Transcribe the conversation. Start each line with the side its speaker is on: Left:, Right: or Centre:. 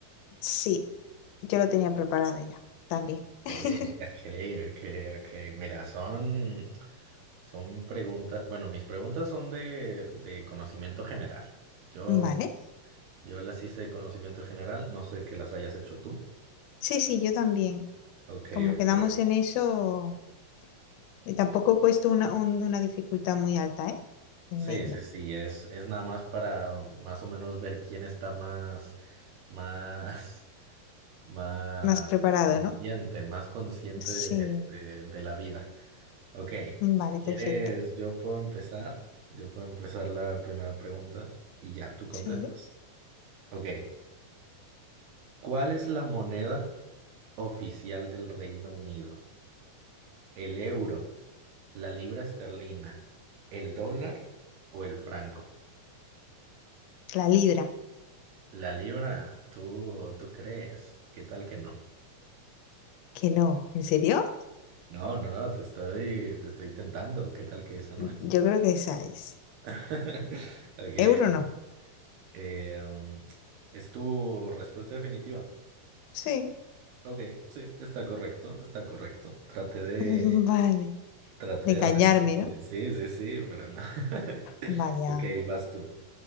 Left: sí, yo lo tenía preparado ya, también.
Right: Okay,
Left: <laughs>
Right: okay, okay, okay. Mira, son, son preguntas, bueno, mis preguntas son de, de conocimiento general. Yo,
Left: ¿Vale?
Right: yo las hice de conocimiento general, no sé que las hayas hecho tú.
Left: Sí, sí, yo también.
Right: Okay,
Left: Como
Right: okay.
Left: quedamos en eso, y tampoco he puesto una, un- una dificultad muy alta, ¿eh? En
Right: Sí,
Left: media.
Right: sí, sí, es, es nada más para más o menos ver quién está más, más, <laughs> más
Left: Me has preparado,
Right: consciente,
Left: ¿no?
Right: más consciente
Left: Sí,
Right: de, de de la vida. Ok,
Left: vale,
Right: si quieres,
Left: perfecto.
Right: yo puedo empezar. Yo puedo empezar la primera pregunta y ya tú contestas.
Left: Sí.
Right: Ok, ¿cuál es la moneda oficial del Reino Unido? ¿El euro, la libra esterlina, el dólar o el franco?
Left: La libra,
Right: La libra, ¿tú, tú crees? ¿Qué tal que no?
Left: que no, ¿en serio?
Right: No, no, no, te estoy, te estoy tentando. ¿Qué tal que esa no es?
Left: Yo creo que esa es.
Right: <laughs> Ok, ok.
Left: ¿Euro no?
Right: Eh, um, ¿es tu respuesta definitiva?
Left: Sí.
Right: Ok, sí, está correcto, está correcto. Traté de,
Left: <laughs> Vale.
Right: traté
Left: De
Right: de
Left: engañarme,
Right: hacer...
Left: ¿no?
Right: Sí, sí, sí, pero no. <laughs>
Left: Vaya.
Right: Ok, vas tú.